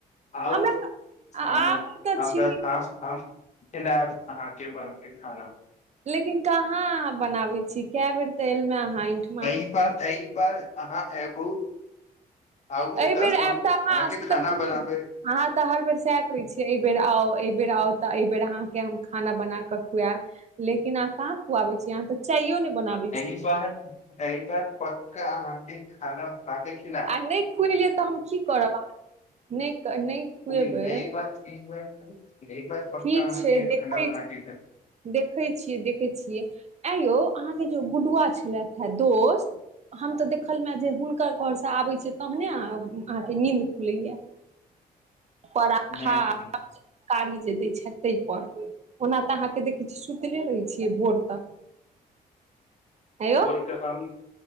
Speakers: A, on the left; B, on the right.
A: आउ
B: हमरा तऽ
A: हमर
B: आबै तऽ
A: हमरा
B: छी
A: तऽ हम खब अहाँकेँ बनके खाना
B: लेकिन कहाँ अब बनावे छी क बेर ते एल मे अहाँ इठ
A: एहि बार एहि बार अहाँ एब आउ
B: एहि
A: एतऽ
B: बेर आयब
A: हम
B: तऽ अहाँ
A: अहाँकेँ
B: से
A: खाना
B: तऽ बुझ
A: बनाबे
B: अहाँ तऽ हर बेर सएह कहै छियै एहिबेर आउ एहिबेर आउ तऽ एहिबेर अहाँकेँ हम खाना बनाकऽ खुआएब लेकिन अहाँ कहाँ खुआबे छी अहाँ तऽ चायो नै बनाबे
A: एहि बेर एहि बेर पक्का अहाँकेँ खाना पाक ख
B: आ नहि खुएलियए तऽ हम कि करब अहाँ नहि नहि खुएबै
A: एइ बेर पक्का
B: ठीक
A: अहाँकेँ
B: छै देखै
A: खाना बनाके खा
B: देखै छियै देखैत छियै आ यौ अहाँकेँ जे गुडुआ छलथि हे दोस्त हम तऽ देखलमे जे हुनकर घरसँ आबैत छिय तहने अहाँकेँ नींन्द खुलैया परथा
A: नहि
B: हँ कारी जे दै छै ते पर ओना तऽ अहाँकेँ देखै छियै सुतले रहै छियै भोर तक यौ
A: भोर कऽ हम